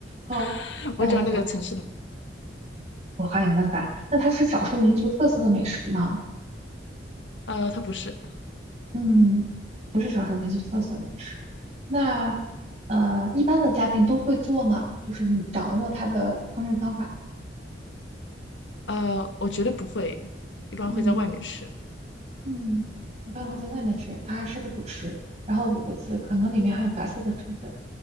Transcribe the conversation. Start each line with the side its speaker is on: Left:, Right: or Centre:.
Right: 哦，
Left: <laughs>
Right: 那我再想想，
Left: 我只要那个城市的名，
Right: 我换一个问法。那它是少数民族特色的美食吗？
Left: 呃，它不是，
Right: 嗯，不是少数民族特色美食。那呃，一般的家庭都会做吗？就是你掌握它的烹饪方法。
Left: 呃，我觉得不会，一般会在外面吃。
Right: 嗯嗯，一般会在外面吃，它还是个主食，然后五个字，可能里面还有白色的成分。